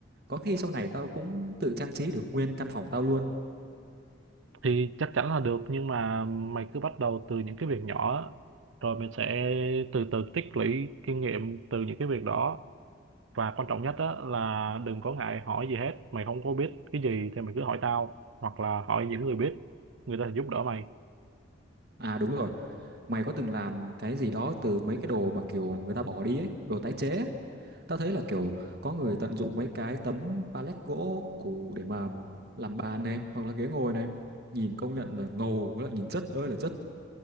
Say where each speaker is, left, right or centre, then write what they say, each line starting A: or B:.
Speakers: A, on the right; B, on the right.
A: có khi sau này tao cũng tự trang trí được nguyên căn phòng tao luôn
B: thì chắc chắn là được nhưng mà mày cứ bắt đầu từ những cái việc nhỏ á rồi mình sẽ từ từ tích lũy kinh nghiệm từ những cái việc đó và quan trọng nhất á là đừng có ngại hỏi gì hết mày không có biết cái gì thì mày cứ hỏi tao hoặc là hỏi những người biết người ta sẽ giúp đỡ mày
A: à đúng rồi Mày có từng làm cái gì đó từ mấy cái đồ mà kiểu người ta bỏ đi ấy, đồ tái chế ấy. Tao thấy là kiểu có người tận dụng mấy cái tấm pallet gỗ cũ để mà làm bàn này hoặc là ghế ngồi này. Nhìn công nhận là ngầu với lại nhìn chất ơi là chất.